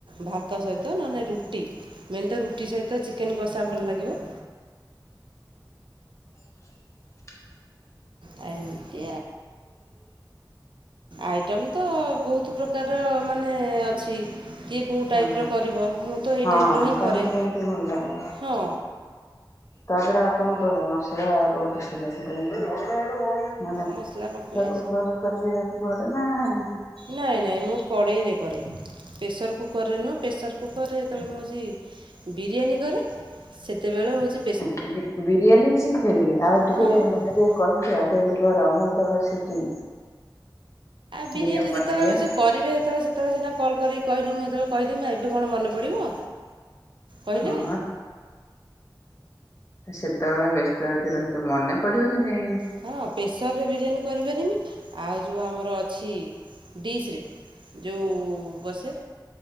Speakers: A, on the right (about 85°); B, on the left (about 40°).
A: ଭାତ ସହିତ ନହେଲେ ରୁଟି ମେନ୍ ତ ରୁଟି ସହିତ ଚିକ କେନ୍ କଷା ଭଲ ଲାଗିବ।
B: <inaudible>
A: ଆ ଏମିତି ଆଇଟମ ତ ବହୁତ ପ୍ରକାରର ମାନେ ଅଛି। କିଏ କଉ ଟାଇପ୍
B: ହଁ
A: ର କରିବ ମୁଁ ତ ଏଇ
B: ହଁ
A: ଟାଇପ୍ ର ହିଁ
B: କାହାକୁ
A: କରେ
B: କେମିତି ଭଲ ଲାଗେ।
A: ହଁ
B: ତାପରେ ଆଉ କଣ ପଡେ ମସଲା <unintelligible> ମାନେ ପ୍ରେସର
A: ମସଲା ପକାଏ
B: କୁକର ରେ କରିବାକୁ ପଡେ ନା ଏମତି
A: ନାଇଁ- ନାଇଁ ମୁଁ କଡ଼େଇରେ କରେ। ପ୍ରେସର୍ କୁକରରେ ନୁହେ, ପ୍ରେସର କୁକରରେ ଯେତେବେଳେ ମୁଁ ହଉଜି ବିରିୟାନୀ କରେ। ସେତେବେଳେ ହଉଚି
B: ଆଛା ବି ବିରିୟାନୀ ବି ଶିଖିଛନ୍ତି ଆଉ ଟିକେ
A: ହଁ ଆଉ
B: ମତେ ଟିକେ କହିଦିଅ କେମିନ୍ତି କର ମୁଁ ତ ଶିଖିନି,
A: ବିରିୟାନୀ
B: ଦିନେ
A: ଯେତେବେଳେ
B: ବନେଇବା।
A: ହେଉଛି କରିବେ ଯେତେବେଳେ ସେତେବେଳେ ସିନା କଲକରିକି କହିଲେ ମୁଁ ସେତେବେଳେ କହିଦେବି ନା ଏବେ କଣ ମନେ ପଡ଼ିବ। କହିଲେ।
B: ହଁ ସେତେବେଳେ ବ୍ୟସ୍ତ ଯଦି ରହିଥିବ ମନେ ପଡିବନି କାଇ।
A: ହଁ ପ୍ରେସରରେ ବିରିୟାନୀ କରିପାରିମି ଆଉ ଯଉ ଆମର ଅଛି ଡିସ୍‌ରେ। ଯଉ ବସେ